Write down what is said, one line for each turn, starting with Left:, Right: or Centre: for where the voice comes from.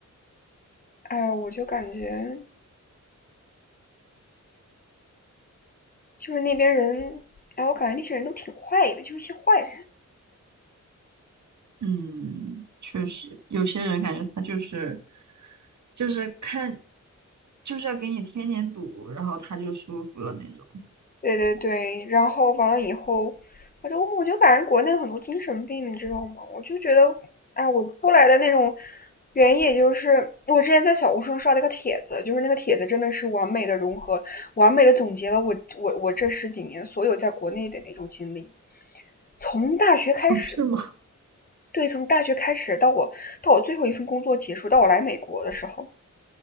Left: 哎，我就感觉就是那边人，然后我感觉那些人都挺坏的，就是一些坏人。
Right: 嗯，确实，有些人感觉他就是就是看就是要给你添点堵，然后他就舒服了那种。
Left: 对对对，然后完了以后，我就我就感觉国内很多精神病，你知道吗？我就觉得，哎，我出来的那种原因，也就是我之前在小红书上刷了一个帖子，就是那个帖子真的是完美的融合，完美的总结了我我我这十几年所有在国内的那种经历，从大学开始。
Right: <laughs> 是吗？
Left: 对，从大学开始到我到我最后一份工作结束，到我来美国的时候，